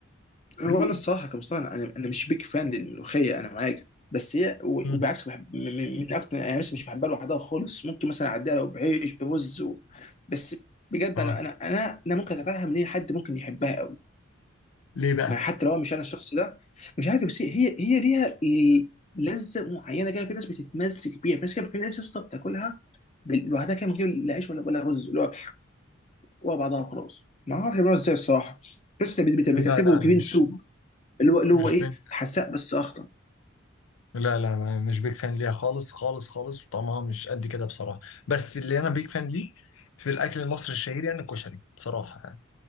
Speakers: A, on the left; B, on the left.
A: هو
B: ليه؟
A: انا الصراحه كمصطفى انا انا مش بيك فان للملوخيه انا معاك بس هي و-
B: مم.
A: وبالعكس بحب من, من من اكتر يعني مثلا مش بحبها لوحدها خالص ممكن مثلا اعديها لو بعيش برز و... بس بجد
B: اه
A: انا انا انا انا ممكن اتفهم ليه حد ممكن يحبها قوي
B: ليه بقى؟
A: ما حتى لو مش انا الشخص ده مش عارف بس هي هي ليها ال- لذه معينه كده في ناس بتتمسك بيها في ناس كده في ناس يا اسطى بتاكلها بال- لوحدها كده من غير لا عيش ولا ولا رز اللي هو هو بعضها خلاص ما اعرفش بيعملوها ازاي الصراحه بس بت- بت-
B: لا
A: بتعتبره
B: لا انا
A: جرين
B: مش
A: سوب اللي هو اللي
B: مش
A: هو ايه
B: بنت
A: حساء بس اخضر
B: لا لا أنا مش بيك فان ليها خالص خالص خالص وطعمها مش قد كده بصراحة بس اللي أنا بيك فان ليه في الأكل المصري الشهير يعني الكشري بصراحة يعني